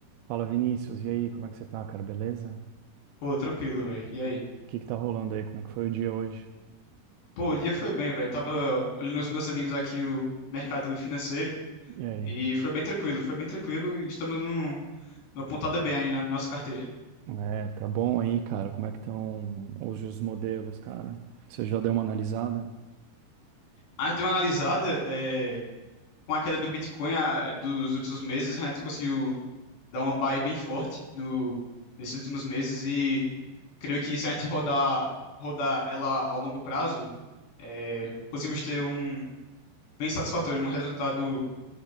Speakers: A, on the right; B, on the left.
A: Fala Vinícius, e aí, como é que você tá, cara? Beleza?
B: Pô, tranquilo, velho. E aí?
A: O que que tá rolando aí? Como é que foi o dia hoje?
B: Pô, o dia foi bem, velho. Tava olhando os meus amigos aqui o mercado financeiro
A: E aí?
B: e foi bem tranquilo, foi bem tranquilo. e Estamos num, numa pontada bem aí na nossa carteira.
A: É, tá bom aí, cara? Como é que estão hoje os modelos, cara? Você já deu uma analisada?
B: A gente deu uma analisada, é, com a queda do Bitcoin a- dos últimos meses, a gente conseguiu dar uma buy bem forte no, nesses últimos meses e creio que se a gente rodar, rodar ela ao longo prazo, é, conseguimos ter um bem satisfatório, um resultado